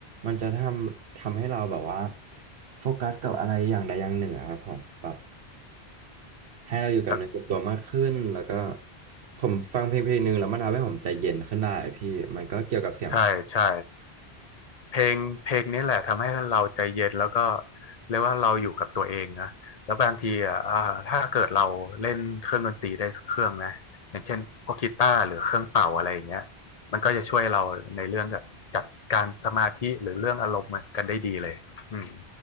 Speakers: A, on the right; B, on the left.
A: มันจะทำทำให้เราแบบว่าโฟกัสกับอะไรอย่างใดอย่างหนึ่งอะครับผมแบบ ให้เราอยู่กับเนื้อกับตัวมากขึ้นแล้วก็
B: ครับ
A: ผมฟังเพลงเพลงหนึ่งแล้วมันทำให้ผมใจเย็นขึ้นได้พี่มันก็เกี่ยวกับเสียง
B: ใช่ใช่ เพลงเพลงนี้แหละทำให้เราใจเย็นแล้วก็เรียกว่าเราอยู่กับตัวเองนะแล้วบางทีอ่ะอ่าถ้าเกิดเราเล่นเครื่องดนตรีได้สักเครื่องนะอย่างเช่นพวกกีตาร์หรือเครื่องเป่าอะไรอย่างเงี้ยมันก็จะช่วยเราในเรื่องกับจัดการสมาธิหรือเรื่องอารมณ์กันได้ดีเลยอืม